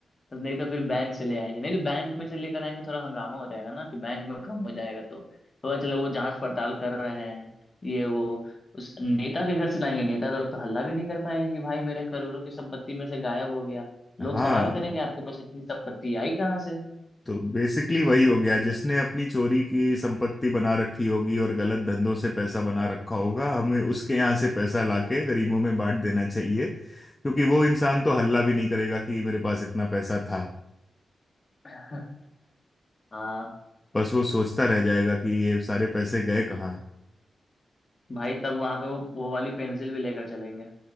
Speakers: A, on the left (about 40°); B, on the left (about 25°).
A: नहीं तो फिर बैंक से ले आएंगे नहीं तो बैंक में से लेकर आएंगे थोड़ा हंगामा हो जाएगा ना कि बैंक में कम हो जाएगा तो थोड़ा चलो वो जांच पड़ताल कर रहे हैं ये वो उस नेता के घर से लाएंगे नेता तो, तो हल्ला भी नहीं कर पाएंगे कि भाई मेरे करोड़ों की संपत्ति में से गायब हो गया लोग
B: हाँ
A: सवाल करेंगे आपके पास इतनी संपत्ति आई कहाँ से
B: तो बेसिकली वही हो गया जिसने अपनी चोरी की संपत्ति बना रखी होगी और गलत धंधों से पैसा बना रखा होगा हमें उसके यहाँ से पैसा लाके गरीबों में बांट देना चाहिए क्योंकि वो इंसान तो हल्ला भी नहीं करेगा कि मेरे पास इतना पैसा था
A: <laughs> हाँ
B: बस वो सोचता रह जाएगा कि ये सारे पैसे गए कहाँ
A: भाई तब वहां पे वो वो वाली पेंसिल भी लेकर चलेंगे